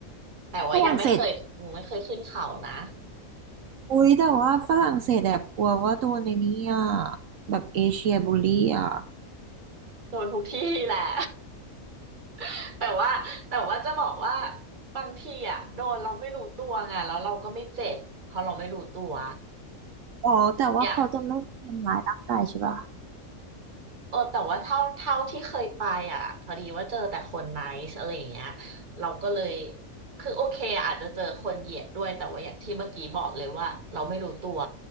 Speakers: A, on the right; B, on the right.
A: แต่ว่ายังไม่เคยยังไม่เคยขึ้นเขานะ
B: ฝรั่งเศสอุ๊ยแต่ว่าฝรั่งเศสแบบกลัวว่าตัวในนี้อ่ะแบบเอเชียบูลลี่อ่ะ
A: โดนทุกที่แหละ <laughs> แต่ว่าแต่ว่าจะบอกว่าบางทีอะโดนเราไม่รู้ตัวไงแล้วเราก็ไม่เจ็บเพราะเราไม่รู้ตัว
B: อ๋อแต่ว่าเขาจะไม่ทำร้ายร่างกายใช่ป่ะ
A: อยาก เออแต่ว่าเท่าเท่าที่เคยไปอ่ะพอดีว่าเจอแต่คนไนซ์อะไรอย่างเงี้ยเราก็เลยคือโอเคอาจจะเจอคนเหยียดด้วยแต่ว่าอย่างที่เมื่อกี้บอกเลยว่าเราไม่รู้ตัว